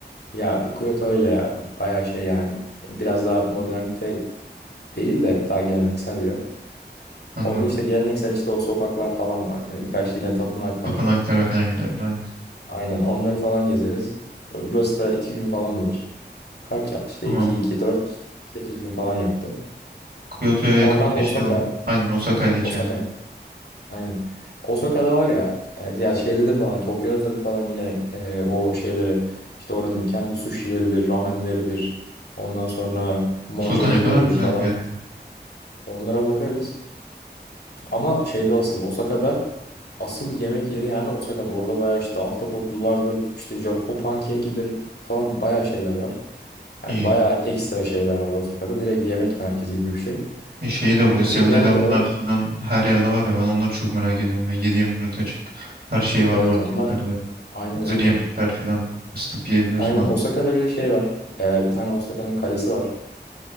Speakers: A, on the left (about 70°); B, on the right (about 60°).
A: Ya Kyoto öyle ya bayağı şey yani biraz daha modernite değil de daha geleneksel bir yer.
B: Anladım.
A: Orada işte geleneksel işte o sokaklar falan var. Hani birkaç yine tapınak
B: Tapınaklara
A: var.
B: falan gideriz aynen.
A: Aynen onları falan gezeriz. Burası da iki gün falan olur. Kaç yaptı? İşte
B: Tamam.
A: 2 2 dört 8 gün falan yaptı.
B: Kyoto'ya
A: Oradan
B: yakın bir de şey
A: Osaka.
B: oldu. Aynen Osaka'ya geçeriz
A: Osaka.
B: direkt.
A: Aynen. Osaka'da var ya e, ya şeyde de falan Tokyo'da tabii falan yine e, o şeylere işte oranın kendi sushi'leridir, ramenleridir. Ondan sonra monkey'leridir
B: Osaka ne kadar güzel
A: falan.
B: bir yer. ya.
A: Onlara bakarız. Ama şeyde asıl Osaka'da asıl yemek yeri yani Osaka'da. Orada bayağı işte ahtapotlulardır, işte Japon pankekidir falan bayağı şeyler var. Yani
B: İyi.
A: bayağı ekstra şeyler var Osaka'da. Direkt yemek merkezi gibi bir şey.
B: E Şeyi de burada Seven
A: E, Genel
B: Eleven'lar
A: olarak
B: falan her yerde var ya ben onları çok merak ediyorum ya. 7-24 açık. Her şey var
A: evet
B: marketlerde.
A: onlar aynen
B: Hazır
A: öyle.
B: yemekler falan. Isıtıp yiyebiliyorsun
A: Aynen
B: abi.
A: Osaka'da bir de şey var. E, bir tane Osaka'nın kalesi var.